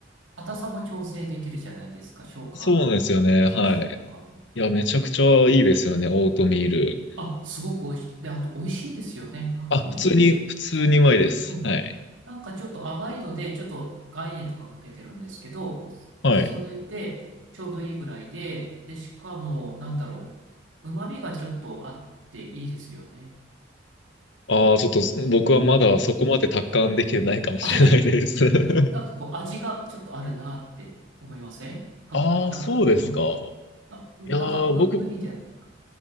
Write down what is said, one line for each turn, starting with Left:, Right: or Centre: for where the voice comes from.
Right: 硬さも調整できるじゃないですか。消化、
Left: そうなんですよね。
Right: 優しさとかも。
Left: はい。いや、めちゃくちゃいいですよね、オートミール。
Right: あ、すごく美味しい。で、あと美味しいですよね。白米よりちょっと、
Left: あ、普通に、普通にうまいです。
Right: そう。うん。
Left: はい。
Right: なんかちょっと甘いので、ちょっと岩塩とかかけてるんですけど、
Left: はい。
Right: それでちょうどいいぐらいで、で、しかも、なんだろう。旨味がちょっとあっていいですよね。
Left: ああ、ちょっと僕はまだそこまで達観できてないかもしれないです。
Right: うん。あ、いえ、
Left: <laughs>
Right: な、なんかこう味がちょっとあるなって思いませんは、
Left: ああ、
Right: なんか、
Left: そうですか。
Right: うん。な、なんか無、
Left: いやー、僕
Right: 無味ではなくて。